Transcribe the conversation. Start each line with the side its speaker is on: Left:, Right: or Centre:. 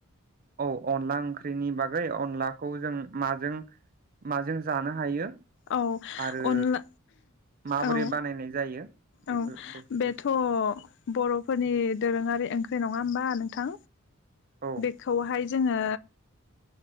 Right: औ अनला ओंख्रिनि बागै अनलाखौ जों माजों माजों जानो हायो
Left: औ
Right: आरो
Left: अनला
Right: माबोरै
Left: औ।
Right: बानायनाय जायो बेफोर
Left: औ
Right: बेफोरखौ
Left: बेथ'
Right: एसे बुं।
Left: बर'फोरनि दोरोङारि ओंख्रि नङा होमबा नोंथां।
Right: औ
Left: बेखौहाय जोङो